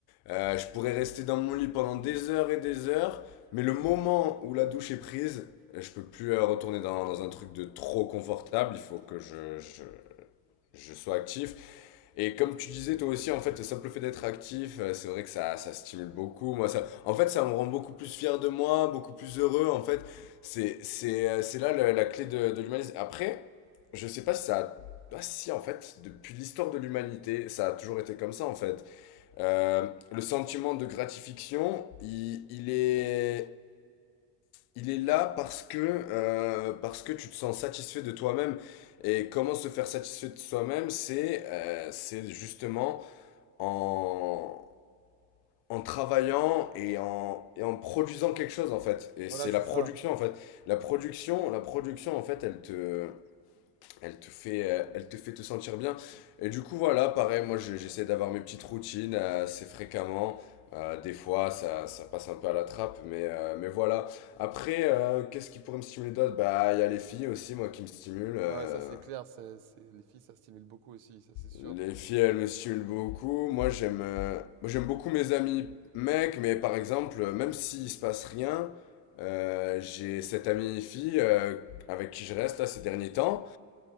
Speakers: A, on the left; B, on the right.
A: Euh, je pourrais rester dans mon lit pendant des heures et des heures. Mais le moment où la douche est prise, je peux plus euh, retourner dans, dans un truc de trop confortable. Il faut que je, je, je sois actif. Et comme tu disais toi aussi, en fait, le simple fait d'être actif, euh, c'est vrai que ça, ça stimule beaucoup. Moi, ça, en fait, ça me rend beaucoup plus fier de moi, beaucoup plus heureux. En fait, c'est, c'est, euh, c'est là la, la clé de, de l'humanisme. Après, je sais pas si ça a bah si, en fait, depuis l'histoire de l'humanité, ça a toujours été comme ça, en fait. Euh, le sentiment de gratification, il, il est il est là parce que, euh, parce que tu te sens satisfait de toi-même. Et comment se faire satisfait de soi-même, c'est euh, c'est justement en, en travaillant et en, et en produisant quelque chose, en fait. Et
B: Voilà,
A: c'est
B: c'est
A: la production,
B: ça.
A: en fait. La production, la production, en fait, elle te, elle te fait, euh, elle te fait te sentir bien. Et du coup, voilà, pareil, moi, je- j'essaie d'avoir mes petites routines euh, assez fréquemment. Euh, des fois, ça, ça passe un peu à la trappe, mais, euh, mais voilà. Après, euh, qu'est-ce qui pourrait me stimuler d'autre? Bah, il y a les filles aussi, moi, qui me stimulent. euh.
B: Bah ouais, ça c'est clair, c'est, c'est- les filles ça stimule beaucoup aussi, ça c'est sûr.
A: Les filles, elles me stimulent beaucoup. Moi, j'aime, euh, moi, j'aime beaucoup mes amis mecs, mais par exemple, euh, même s'il se passe rien, euh, j'ai cette amie fille euh, avec qui je reste là ces derniers temps.